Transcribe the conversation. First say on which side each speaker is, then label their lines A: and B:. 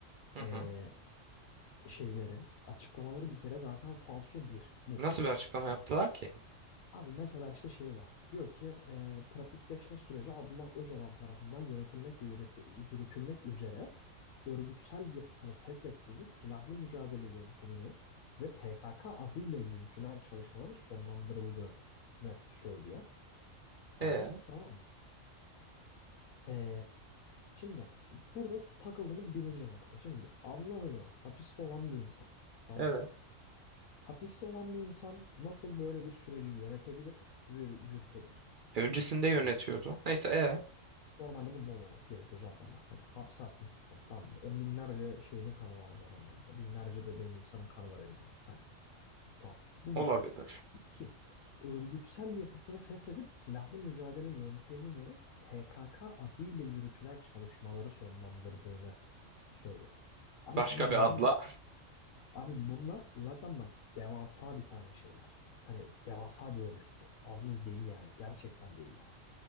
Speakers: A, on the right (about 60°); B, on the left (about 80°).
A: Hı hı.
B: e, şeyleri açıklamaları bir kere zaten falso bir bu.
A: Nasıl bir açıklama yaptılar ki?
B: Abi mesela işte şey var diyor ki e, pratikleşme süreci Abdullah Öcalan tarafından yönetilmek ve yürüt- yürütülmek üzere örgütsel yapısını feshettiğiniz silahlı mücadele yöntemini ve PKK adıyla yürütülen çalışmaların sonlandırıldığını söylüyor. Abi
A: E,
B: tamam mı? E, Şimdi burada takıldığımız birinci nokta. Şimdi Abdullah Öcalan hapiste olan bir insan. Tamam
A: evet.
B: mı? Hapiste olan bir insan nasıl böyle bir süreci yönetebilir, yürü- yürütebilir?
A: Öncesinde
B: Bu bir.
A: yönetiyordu. Neyse e
B: Normalde bunun olmaması gerekiyor zaten bak. Hani hapse atmışsın tamam mı? On binlerce şeyin kanı var bu adamın elinde. Binlerce bebeğin insanın kanı var elinde. Hani tamam. Bu
A: olabilir.
B: bir. İki. Örgütsel yapısını feshedip silahlı mücadele yöntemini PKK adıyla yürütülen çalışmaları sonlandırdığını söylüyor. Abi
A: Başka
B: şimdi
A: bir
B: bunlar,
A: adla.
B: abi bunlar zaten bak devasa bir tane şeyler. Hani devasa bir örgüt bu. Az buz değil yani. Gerçekten değiller.